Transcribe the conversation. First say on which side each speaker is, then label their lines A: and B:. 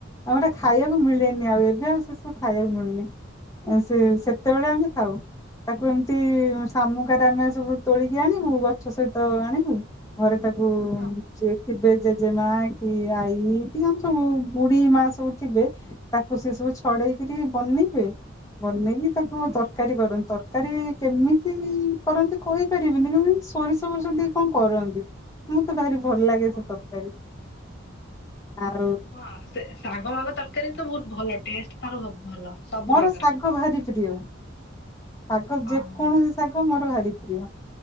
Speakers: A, on the left; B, on the left.
A: ଆମର ଖାଇବାକୁ ମିଳେ ନି, ଆଉ ଏବେ ଆଉ ସେ ସବୁ ଖାଇବାକୁ ମିଳୁନି। ଏଁ, ସେ ସେତେବେଳେ ଆମେ ଖାଉ। ତାକୁ ଏମିତି ଶାମୁକାରେ ଆମେ ସବୁ ତୋଳିକି ଆଣିବୁ। ଗଛ ସହିତ ଆଣିବୁ। ଘରେ ତାକ କୁ
B: ହଁ
A: ସିଏ ଥିବେ ଜେଜେମା କି ଆଈ କି ଆମେ ସବୁ ବୁଢ଼ୀ ମା ସବୁ ଥିବେ ତାକ କୁ ସେସବୁ ଛଡ଼େଇକିରି ବନେଇବେ। ବନେଇକି ତାକୁ
B: ହଁ
A: ତରକାରୀ କରନ୍ତି। ତରକ କାରୀ କେମିତି କରନ୍ତି କହିପାରିବିନି। କିନ୍ତୁ ସୋରିଷ ଫୋରିଷ ଦେଇ କଣ କରନ୍ତି। ମୋତେ ଭାରି ଭଲ ଲାଗେ
B: ଓହୋ।
A: ସେ ତରକାରୀ। ଆଉ
B: ହଁ ସେ ଶାଗ ମାଗ ତରକାରୀ ତ ବହୁତ ଭଲ। ଟେଷ୍ଟ ତାର ବହୁତ ଭଲ। ସବୁ
A: ମୋର
B: ପ୍ରକାରର
A: ଶାଗ ଭାରି ପ୍ରିୟ। ଶାଗ ଯେକୌଣସି
B: ଓହୋ
A: ଶାଗ ମୋର ଭାରି ପ୍ରିୟ,